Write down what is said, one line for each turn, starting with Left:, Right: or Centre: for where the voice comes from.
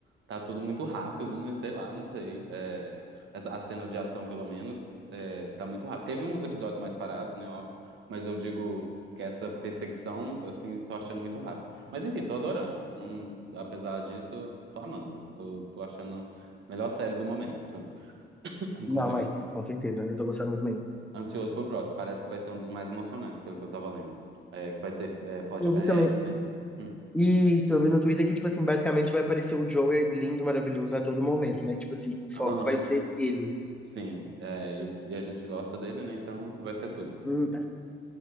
Right: tá tudo muito rápido, né? Sei lá, não sei. É, as, as cenas de ação, pelo menos, é, tá muito rápido. Teve uns episódios mais parados, né? Óbvio. Mas eu digo que essa perseguição, assim, tô achando muito rápido. Mas enfim, tô adorando. Não- apesar disso, tô amando. Tô, tô achando a melhor série do momento. <clears throat> Inclusive.
Centre: Não, é, com certeza, eu tô gostando muito bem.
Right: Ansioso pelo próximo. Parece que vai ser um dos mais emocionantes, pelo que eu tava lendo. É, que vai ser é, flashback,
Centre: Eu vi também,
Right: né? Hum.
Centre: Isso, eu vi no Twitter que, tipo assim, basicamente vai aparecer o Joey lindo, maravilhoso a todo momento, né? Tipo assim, o foco
Right: Aham,
Centre: vai ser ele.
Right: sim. É, e, e a gente gosta dele, né? Então vai ser tudo.
Centre: Hum,